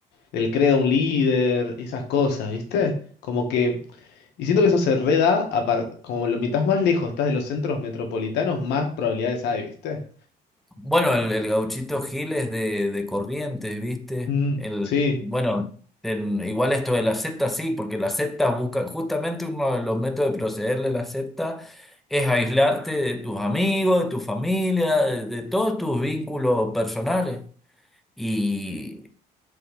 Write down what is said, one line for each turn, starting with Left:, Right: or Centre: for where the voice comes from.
Left: del credo de un líder, esas cosas, ¿viste? Como que, y siento que eso se reda, a par- como lo, mientras más lejos estás de los centros metropolitanos, más probabilidades hay, ¿viste?
Centre: Bueno, el, el gauchito Gil es de, de Corrientes, ¿viste?
Left: Mm,
Centre: El,
Left: sí.
Centre: bueno, en- igual esto de la secta sí, porque las sectas buscan, justamente uno de los métodos de proceder de la secta es aislarte de tus amigos, de tu familia, de, de todos tus vínculos personales. Y